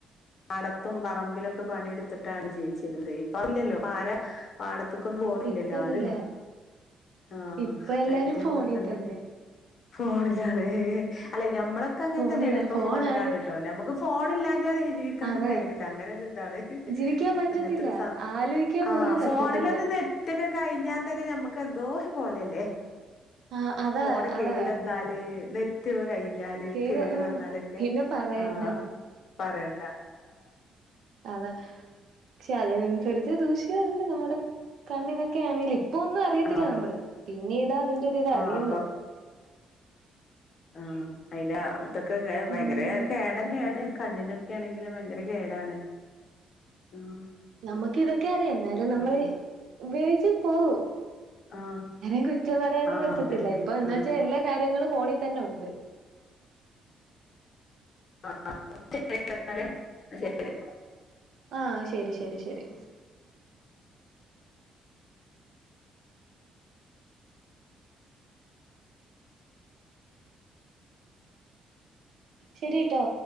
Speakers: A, on the left; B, on the right.
A: പാടത്തും പറമ്പിലൊക്കെ പണിയെടുത്തിട്ടാണ് ജീവിച്ചിരുന്നത് ഇപ്പഹ് ഇല്ലല്ലോ ഇപ്പാരാ പാടത്ത് ക്കൊന്നും പോണില്ലല്ലോ
B: ഇപ്പ അതില്ല
A: ആരും ആഹ്
B: ഇപ്പൊ എല്ലാരും
A: അയിന്റെ
B: ഫോണിൽ
A: ഒരു ഇതൊക്കെണ്ട്
B: തന്നെ
A: ഫോണിലാണ് അല്ല നമ്മളൊക്കെങ്ങനെ
B: ഫോണിലാണ്
A: തന്നെയാണ് ഇപ്പൊ
B: ഫോണാണ്
A: ഫോണിലാണിട്ടോ നമുക്ക് ഫോണില്ലാ ല്ലാതെ ക്കാനും
B: അതെ
A: കയിണില്ല അങ്ങനെ ഒരു ഇതാണ്
B: ജീവിക്കാൻ പറ്റത്തില്ല
A: അങ്ങനത്തെ ഒരു സാ
B: ആലോയിക്കാൻ
A: ആഹ്
B: പോലും പറ്റത്തില്ല
A: ഫോണിലാന്നേ നെറ്റക്കെ കഴിഞ്ഞാൽ തന്നെ നമ്മുക്ക് എന്തോ പോലല്ലേ
B: ആഹ് അതാ
A: ഫോൺ
B: അതാ
A: കേട്ന്നാല് നെറ്റൊക്ക കഴി ഞ്ഞാല്
B: കേട്
A: കേടു
B: ഓഹ്
A: വന്നാലൊക്കെ
B: പിന്നെ പറയണ്ട
A: ആഹ് പറയണ്ട ആഹ്
B: അതെ പക്ഷെ അതിനനുസരിച്ച് ദൂഷ്യോം ഉണ്ട് നമ്മടെ കണ്ണിനൊക്കെ ആണെല് ഇപ്പൊ ഒന്ന് അറിയത്തില്ല
A: ആഹ്
B: നമ്മള് പിന്നീടാ അതിന്റെ ഒരുരിത്
A: ആഹ്
B: അറിയുന്നത്.
A: ആ അയിന്റെ ഇത് ക്കക്കെ
B: ഉം
A: ഭയങ്കര കേടന്നെയാണ് കണ്ണിനൊ ക്കെ ആണെങ്കില് ഭയങ്കര കേടാണ്. ആഹ്
B: നമുക്ക് ഇതൊക്കെ അറിയാം ന്നാലും നമ്മൾ
A: ഉം
B: ഉപയോ ഗിച്ച് പോകും
A: ആഹ്
B: ആരേം കുറ്റം പറയാനും
A: ആഹ്
B: പറ്റത്തില്ല
A: അതന്നെ
B: ഇപ്പൊ എന്ന
A: ആഹ്
B: വെച്ചാ എല്ലാ കാര്യങ്ങളും ഫോണിൽ തന്നെ ഉണ്ട്
A: ആഹ് ശരി എന്നാല് ശരി
B: ആ ശരി ശരി ശരി ശരീട്ടോ